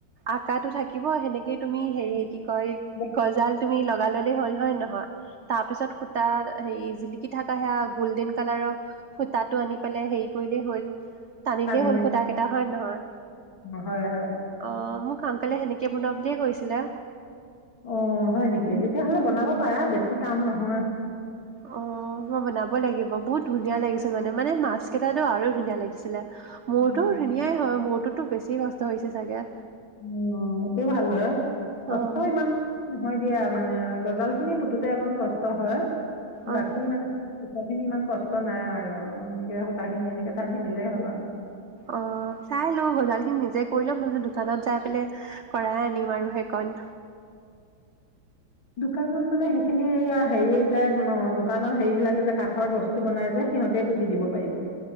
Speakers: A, on the right; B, on the left.
A: আকাৰটো থাকিব সেনেক তুমি হেৰি
B: অ
A: কি কয়
B: অ
A: গজাল তুমি লগাই ললে হ'ল হয় নে নহয় হয় তাৰ পিছত সূতা হেৰি জিলিকি থাকা সেয়া গল্ডেন কালাৰৰ সূতাটো আনি পেলাই হেই কৰিলে হ'ল টানিলেই
B: পানী
A: হ'ল খুটা কেইটা হয় নহয়
B: হয় হয়
A: অ মোক অংকলে সেনেকে বনোৱা বুলিয়ে কৈছিলে
B: অ হয় নেকি তেতিয়াহলে বনাব পাৰা বেছি টান নহয়
A: অ মই বনাব লাগিব বহুত ধুনীয়া লাগিছিল মানে মানে মাছ কেইটাটো আৰু ধুনীয়া লাগিছিলে
B: নহয়
A: মোৰতো ধুনীয়াই হয় মোৰ টোতো বেছি কষ্ট হৈছে চাগে
B: অ সেইটো ভাল হয় কষ্ট
A: অ'
B: ইমান নহয় দিয়া মানে গজাল খিনি পুতোতে অকণ কষ্ট হয়
A: অ'।
B: বাকি মানে। সূতা খিনি ইমান কষ্ট নাই আৰু সেই সূতা খিনি এনেকে টানি দিলেই হ'ল আৰু।
A: অ চাই লওঁ গজালি খিনি নিজে কৰিলেও <unintelligible> দোকানত যাই পিনে কৰাই আনিম আৰু সেইকণ।
B: দোকানত মানে সেইখিনি হেৰি যে দোকানৰ হেৰি বিলাকে যে কাঠৰ বস্তু বনাই যে সিহঁতে পুতি দিব পাৰিব।